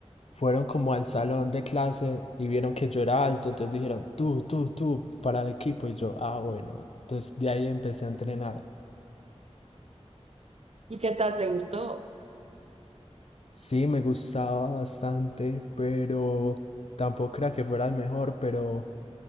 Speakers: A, on the left; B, on the right.
A: fueron como al salón de clase y vieron que yo era alto, entonces dijeron, tú, tú, tú, para el equipo. Y yo, ah, bueno, entonces de ahí empecé a entrenar.
B: ¿Y qué tal te gustó?
A: Sí, me gustaba bastante, pero tampoco era que fuera el mejor, pero